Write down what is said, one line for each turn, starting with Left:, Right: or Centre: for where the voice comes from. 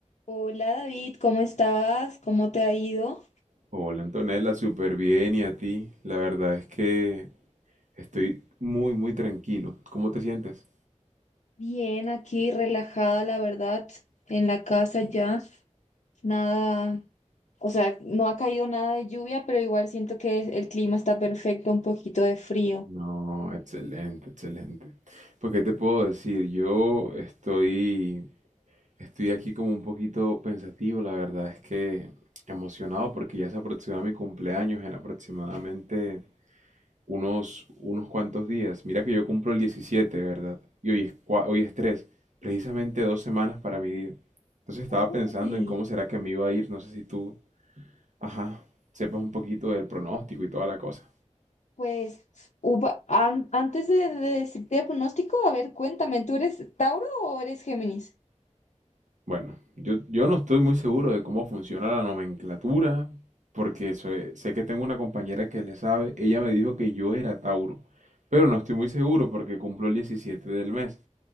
Left: Hola David, ¿cómo estás? ¿Cómo te ha ido?
Right: Hola Antonella, súper bien y a ti. La verdad es que estoy muy, muy tranquilo. ¿Cómo te sientes?
Left: Bien, aquí relajada, la verdad, en la casa ya. Nada, o sea, no ha caído nada de lluvia, pero igual siento que el clima está perfecto, un poquito de frío.
Right: No, excelente, excelente. Pues, ¿qué te puedo decir? Yo estoy, estoy aquí como un poquito pensativo, la verdad es que emocionado porque ya se aproxima mi cumpleaños en aproximadamente Unos, unos cuantos días. Mira que yo cumplo el 17, ¿verdad? Y hoy es, cua- hoy es tres precisamente dos semanas para mi día. Entonces estaba
Left: Uy,
Right: pensando en cómo será que me iba a ir. No sé si tú, ajá, sepas un poquito del pronóstico y toda la cosa.
Left: pues hubo- an- antes de, de decirte el pronóstico, a ver, cuéntame, ¿tú eres Tauro o eres Géminis?
Right: Bueno, yo, yo no estoy muy seguro de cómo funciona la nomenclatura, porque soy- sé que tengo una compañera que le sabe. Ella me dijo que yo era Tauro, pero no estoy muy seguro porque cumplo el 17 del mes.